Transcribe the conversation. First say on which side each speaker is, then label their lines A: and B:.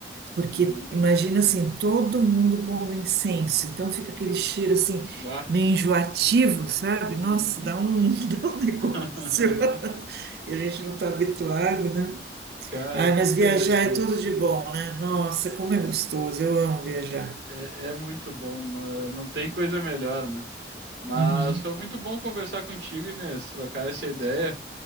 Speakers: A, on the right; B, on the right.
A: porque
B: Uhum.
A: imagina assim, todo mundo pondo incenso, então fica aquele cheiro assim,
B: Bah.
A: meio enjoativo, sabe?
B: Uhum.
A: Nossa, dá um, <laughs> dá um negócio.
B: <laughs>
A: E a gente não está habituado, né?
B: Cara,
A: Ai,
B: que
A: mas
B: interessante.
A: viajar é tudo de bom, né? Nossa, como é gostoso, eu amo viajar.
B: É, é muito bom, né? não tem coisa melhor, né? Mas
A: Uhum.
B: foi muito bom conversar contigo, Inês, trocar essa ideia.